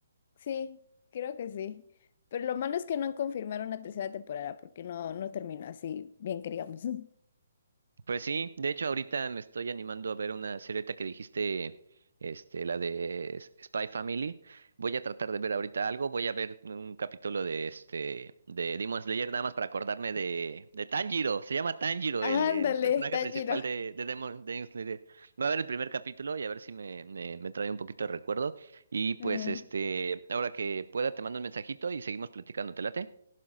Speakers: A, on the left (about 45°); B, on the right (about 75°).
A: Sí, creo que sí. Pero lo malo es que no han confirmado una tercera temporada porque no, no terminó así bien que digamos.
B: Pues sí, de hecho ahorita me estoy animando a ver una serie que dijiste, este, la de S- Spy Family. Voy a tratar de ver ahorita algo, voy a ver un capítulo de este de Demon Slayer nada más para acordarme de de Tanjiro, se llama Tanjiro
A: <laughs> Ándale,
B: el, el personaje
A: está
B: principal
A: giro.
B: de de Demon, de Demon Slayer. Voy a ver el primer capítulo y a ver si me, me me trae un poquito de recuerdo y pues
A: Mm,
B: este, ahora que pueda te mando un mensajito y seguimos platicando, ¿te late?